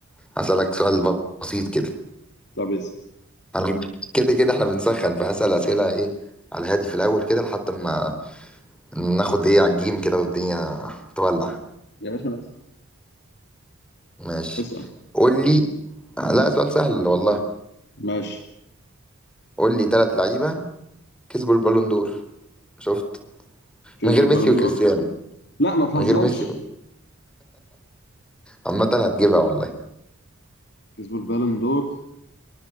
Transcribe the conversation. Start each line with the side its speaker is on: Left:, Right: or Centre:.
Centre: هسألك سؤال بسيط كده
Left: طب اسال
Centre: انا كده كده احنا بنسخن فهسأل اسئله ايه على هادي في الاول كده لحد ما ناخد ايه على الجيم كده والدنيا تولع
Left: يا باشا ماشي
Centre: ماشي
Left: اسال
Centre: قول لي لا سؤال سهل والله
Left: ماشي
Centre: قول لي ثلاث لعيبة كسبوا البالون دور شفت
Left: كسبوا
Centre: من غير
Left: البالون
Centre: ميسي وكريستيانو
Left: دور لا ما تهزرش
Centre: من غير ميسي عامة هتجيبها والله
Left: كسبوا البالون دور